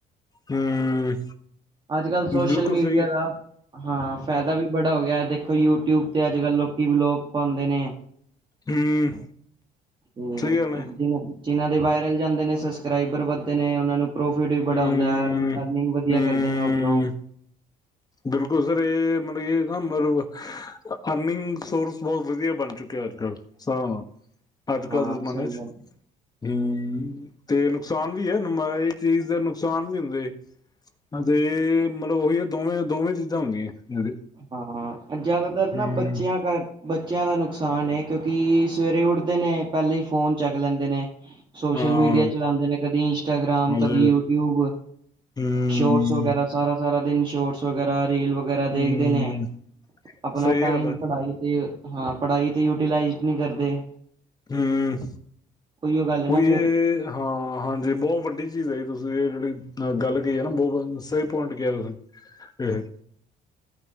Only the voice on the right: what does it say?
ਅੱਜ ਕੱਲ੍ਹ ਸੋਸ਼ਲ
ਮੀਡੀਆ
ਦਾ, ਹਾਂ, ਫਾਇਦਾ ਵੀ ਬੜਾ ਹੋ ਗਿਆ ਦੇਖੋ ਯੂਟਿਊਬ ਤੇ ਅੱਜ ਕੱਲ੍ਹ ਲੋਕੀ ਵਲੋਗ ਪਾਉਂਦੇ ਨੇ।
ਹੂੰ
ਜਿ ਜਿਨਾਂ ਦੇ ਵਾਇਰਲ ਜਾਂਦੇ ਨੇ ਸਬਸਕ੍ਰਾਈਬਰ ਵੱਧਦੇ ਨੇ ਉਹਨਾਂ ਨੂੰ ਪ੍ਰੋਫਿਟ ਵੀ ਬੜਾ
ਹੁੰਦਾ। ਅਰਨਿੰਗ ਵਧੀਆ
ਕਰਦੇ ਨੇ ਉੱਧਰੋਂ।
ਹਾਂ
ਸਹੀ
ਗੱਲ
ਹਾਂ, ਜ਼ਿਆਦਾਤਰ
ਨਾ ਬੱਚਿਆਂ ਕਰ ਬੱਚਿਆਂ ਦਾ ਨੁਕਸਾਨ ਕਿਉਂਕਿ ਸਵੇਰੇ ਉੱਠਦੇ ਨੇ ਪਹਿਲੇ ਹੀ ਫ਼ੋਨ ਚੱਕ ਲੈਂਦੇ ਨੇ। ਸੋਸ਼ਲ
ਮੀਡੀਆ ਚਲਾਉਂਦੇ ਨੇ ਕਦੀ ਇੰਸਟਾਗ੍ਰਾਮ,
ਕਦੀ ਯੂਟਿਊਬ
ਸ਼ੋਰਟ ਵਗੈਰਾ ਸਾਰਾ-ਸਾਰਾ ਦਿਨ ਸ਼ੋਟਸ ਵਗੈਰਾ ਰੀਲ ਵਗੈਰਾ ਦੇਖ
ਨੇ ਆਪਣਾ
ਟਾਈਮ
ਪੜ੍ਹਾਈ ਤੇ ਹਾਂ ਪੜ੍ਹਾਈ ਤੇ ਯੂਟੀਲਾਈਜ਼ ਨਹੀਂ ਕਰਦੇ।
ਉਹੀਓ ਗੱਲ ਹੈ ਨਾ
ਫਿਰ